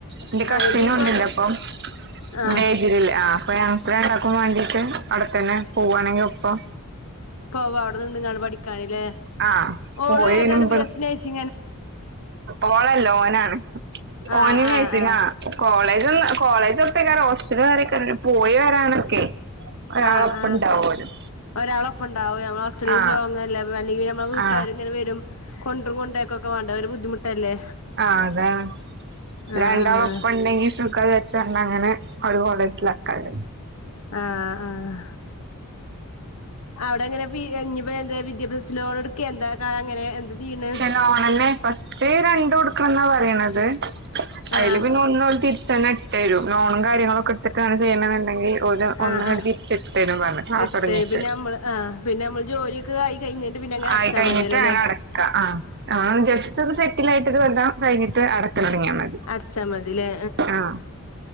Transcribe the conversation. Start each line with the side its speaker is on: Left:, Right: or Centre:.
Right: എന്റെ കസിനുണ്ടെന്റെപ്പോ
Left: ആഹ് ഇത് ഇപ്പോടെ ആഹ്
Right: എന്റെ എജിലിളേ ആഹ് അപ്പൊ ഞാ രണ്ടാകു മാണ്ടീട് അവിടെ തന്നെ പോവുവാണെങ്കി ഒപ്പം
Left: പോവാ അവിടെ നിന്ന്ങ്ങാണ്ട് പഠിക്കാന്ല്ലേ
Right: ആ
Left: ഓള്
Right: പോയി
Left: ഏതാണ്
Right: വരുമ്പോ
Left: ബി എസ്‌ സി നെയ്സി
Right: ഓളല്ല ഓനാണ്
Left: ആഹ്
Right: ഓന് നെയ്‌സിങാ
Left: ആഹ് ആഹ്
Right: കോളേജ് ഒന്ന് കോളേജ് ഒപ്പേക്കാര ഹോസ്റ്റൽ വേറെകാരോ പോയി വരാനൊക്കെ ഒരാളൊപ്പം
Left: ആഹ് ആഹ്
Right: ഉണ്ടാവുമല്ലോ
Left: ഒരാളപ്പണ്ടാവും ഞമ്മള് അത്രയും
Right: ആ
Left: ലോങ്ങല്ല അല്ലെങ്കി നമ്മളെ വീട്ടുകാര
Right: ആ
Left: ഇങ്ങനെ വരും കൊണ്ടും കൊണ്ടൊക്കൊക്കെ വേണ്ട ഒരു ബുദ്ധിമുട്ടല്ലേ
Right: ആഹ് അതാണ്
Left: ആഹ്
Right: രണ്ടാളൊപ്പണ്ടെങ്കി സുഖ വിചാര്ച്ചാണ്ട് അങ്ങനെ ഒരു കോളേജിലാക്കാര
Left: ആഹ് ആഹ് ആഹ് അവിടെ എങ്ങനെ ബി ഞ്ഞിപ്പോ എന്താ വിദ്യാഭ്യാസ ലോൺ എടുക്ക എന്താ അങ്ങനെ എന്താ ചെയ്യ്ണെ
Right: ലോണെന്നെ ഫസ്റ്റ് രണ്ട് കൊടുക്കണം ന്നാ പറയ്ണത് അതില്
Left: ആഹ്
Right: പിന്നെ ഒന്ന് ഓല് തിരി ച്ചന്നെ എടുത്തേരു ലോണും കാര്യങ്ങളൊക്കെ എടുത്തിട്ടാണ് ചെയ്യ്ണ എന്നുണ്ടെങ്കിൽ ഓല് ഒന്നിങ്ങട്
Left: ആഹ് ആഹ്
Right: തിരിച്ചെടുത്തരും പറഞ്ഞ് ക്ലാസ്
Left: എട്ട്
Right: തുടങ്ങിട്ട്
Left: പിന്നെ നമ്മള് ആഹ് പിന്നെ നമ്മള് ജോലി ക്കായി കഴിഞ്ഞിട്ട് പിന്നെ അങ്ങനെ അടച്ചാ
Right: ആയി കഴിഞ്ഞിട്ട്
Left: മതിയല്ലോല്ലേ
Right: ആണ് അടയ്ക്കാ ആഹ് ആഹ് ജസ്റ്റ് സെറ്റിൽ ആയിട്ട് ഒരു കെല്ല കഴിഞ്ഞിട്ട് അടക്കൽ തൊടങ്ങിയാമതി
Left: അടച്ചാ മതില്ലേ
Right: ആഹ്